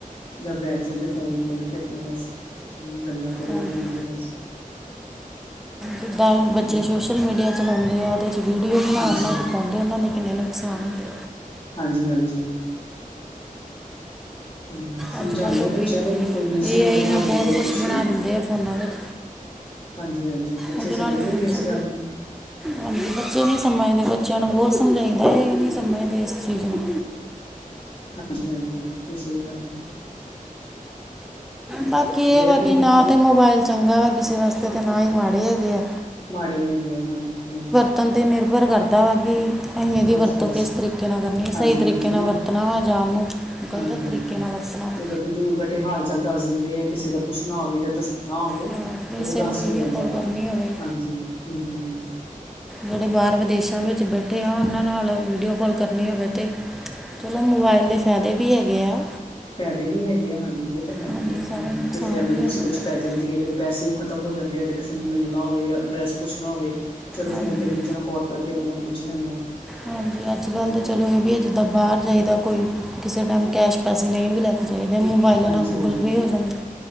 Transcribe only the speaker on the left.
ਜਾਂ ਬੈਠ ਜਾਂਦੇ ਫੋਨ ਖੋਲ ਕੇ ਆਪਣਾ ਬਸ ਗੱਲਾਂ ਕਰੋਂ
ਫੋਨ ਤੇ ਬਸ।
ਹੂੰ
ਹਾਂਜੀ,
ਹਾਂਜੀ-ਹਾਂਜੀ। ਹਮ ਸਮਝਾਦੇ
ਬੱਚਿਆਂ ਨੂੰ, ਕੋਈ ਮਿਸਯੂਜ
ਨਾ
ਹੋ ਜਾਵੇ
ਜਾਂ ਕੁਛ
ਨਾ
ਹਾਂਜੀ-ਹਾਂਜੀ ਬੱਚੇ
ਸਮਝਦੇ
ਨੀ ਇਸ ਗੱਲ ਨੂੰ।
ਹਾਂਜੀ-ਹਾਂਜੀ ਬਿਲਕੁਲ ਸਹੀ ਗੱਲ ਐ।
ਆ ਵੀ
ਮਾੜੇ ਹੈਗੇ ਆ ਹਾਂਜੀ ਹਾਂ।
ਬਸ-ਬਸ
ਹਾਂਜੀ-ਹਾਂਜੀ
ਵੀ
ਹਾਂ
ਹਾਂ
ਉਹਦਾ ਤੇ ਦੂਰ ਬੈਠੇ ਹਾਲ-ਚਾਲ ਦੱਸ ਦਿੰਦੇ ਆ ਕਿਸੇ ਦਾ ਪੁੱਛਣਾ ਹੋਵੇ ਜਾਂ ਦਸਣਾ। ਨਾ ਵੀ
ਓ
ਦੱਸ
ਹੋ ਜਾਂਦਾ
ਵਾ
ਹਾਂਜੀ ਹੂੰ-ਹੂੰ।
ਪੈਦੇ ਵੀ ਹੈਗੇ ਆ ਹਾਂਜੀ ਇਹ ਤਾਂ ਹੈ ਹੀ
ਆ ਹ
ਕਿਸੇ ਨੂੰ ਐਮਰਜੈਂਸੀ
ਕੁਛ ਪੈ ਜਾਂਦੀ ਐ ਕਿ ਪੈਸੇ ਉਹ ਖਤਮ ਹੋ ਜਾਂਦੇ ਆ ਜਾਂ ਕਿਸੇ ਨੂੰ ਮਿਲਣਾ ਹੋਵੇ ਜਾਂ ਐਡਰੈਸ ਪੁੱਛਣਾ ਹੋਵੇ। ਚਲੋ
ਫੋਨ ਤੇ ਇੱਕ ਦੂਜੇ ਨੂੰ ਕੌਲ ਕਰਕੇ ਬੰਦਾ ਪੁੱਛ ਲੈਂਦਾ।
ਹਾਂਜੀ
ਹਾਂਜੀ